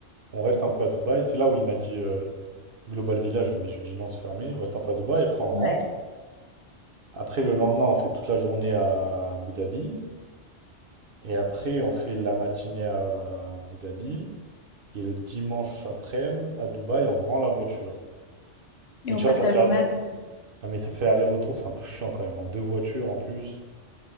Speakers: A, on the right; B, on the left.
A: On reste un peu à Dubaï. C'est là où il m'a dit euh, Global Village, mais je lui dis non, c'est fermé. On reste un peu à Dubaï. Après, on rentre.
B: ouais.
A: Après, le lendemain, on fait toute la journée à Abu Dhabi. Et après, on fait la matinée à Abu Dhabi. Et le dimanche après-midi, à Dubaï, on rend la voiture.
B: Et
A: Mais
B: on
A: tu
B: passe
A: vois, ça
B: la
A: fait,
B: journée à Dubaï.
A: ah, mais ça fait aller-retour. C'est un peu chiant quand même. En deux voitures en plus.